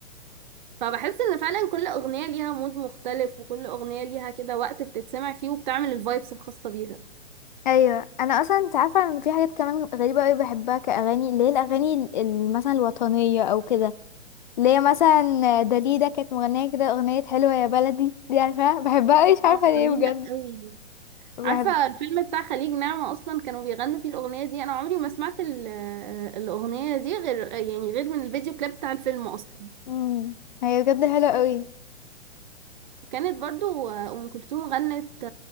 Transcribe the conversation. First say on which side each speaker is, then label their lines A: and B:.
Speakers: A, on the right; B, on the left.
A: فبحس إن فعلا كل أغنية ليها مود مختلف وكل أغنية ليها كده وقت بتتسمع فيه وبتعمل الفايبس الخاصة بيها
B: ايوه انا اصلا انت عارفه ان في حاجات كمان غريبه قوي بحبها كاغاني اللي هي الاغاني ال- ال- مثلا الوطنيه او كده اللي هي مثلا داليدا كانت مغنيه كده اغنيه حلوه يا بلدي دي عارفاها بحبها قوي مش
A: اه
B: عارفه ليه
A: جميلة
B: بجد
A: قوي
B: بحب
A: عارفة الفيلم بتاع خليج نعمة أصلا كانوا بيغنوا فيه الأغنية دي أنا عمري ما سمعت ال- الأغنية دي غير يعني غير من الفيديو كليب بتاع الفيلم أصلا
B: مم. هي بجد حلوه قوي
A: وكانت برضو أم كلثوم غنت